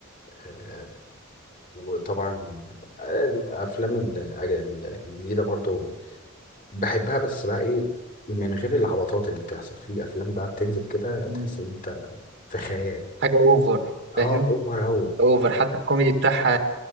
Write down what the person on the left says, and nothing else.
آه، وطبعا آه، الافلام ال- آه، ال- الجديده برضو بحبها بس بقى ايه من غير العبطات اللي بتحصل في افلام بقى بتنزل كده
تحس ان انت في خيال
اه اوفر اوي